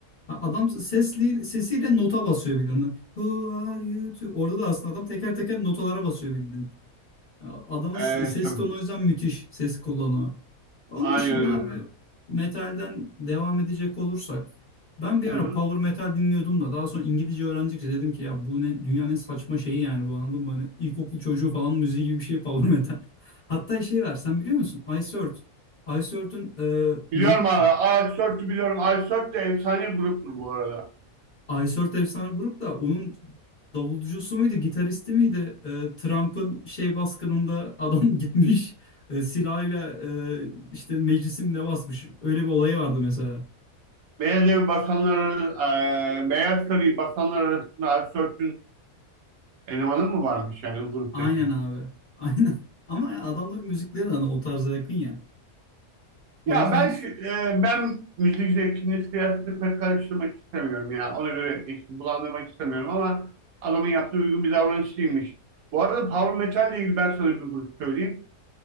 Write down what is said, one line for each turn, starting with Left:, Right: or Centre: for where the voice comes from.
Left: Ha, Adam sesli, sesiyle nota basıyor bildiğin. Who are you to? Orada da aslında adam teker teker notalara basıyor bildiğin. Adamın
Right: Evet,
Left: ses
Right: evet.
Left: tonu o yüzden müthiş ses kullanımı. Onun
Right: aynen
Left: dışında
Right: öyle.
Left: abi metalden devam edecek olursak ben bir
Right: Hı
Left: ara
Right: hı.
Left: power metal dinliyordum da daha sonra İngilizce öğrendikçe dedim ki ya bu ne dünyanın en saçma şeyi yani bu anladın mı? Hani ilkokul çocuğu falan müziği gibi bir şey power metal. <laughs> Hatta şey var sen biliyor musun? Ice Earth. Ice Earth'ün e,
Right: Biliyorum
Left: neyi?
Right: abi. Ice biliyorum. Ice de efsane gruptur bu arada.
Left: Aysort efsane grup da onun davulcusu muydu, gitaristi miydi? Ee, Trump'ın şey baskınında adam <laughs> gitmiş e, silahıyla e, işte meclisimle basmış. Öyle bir olayı vardı mesela.
Right: Beyaz Evi basanlar, e, Beyaz Sarayı basanlar arasında Ice elemanı mı varmış yani gruptaki?
Left: Aynen abi. Aynen. <laughs> Ama ya adamların müzikleri de hani o tarza yakın ya. O
Right: Ya
Left: yüzden
Right: ben şu- e, ben müzik zevkini siyasetle pek karıştırmak istemiyorum ya. Ona göre eşit bulandırmak istemiyorum ama adamın yaptığı uygun bir davranış değilmiş. Bu arada Power Metal ile ilgili ben sana bir grup söyleyeyim.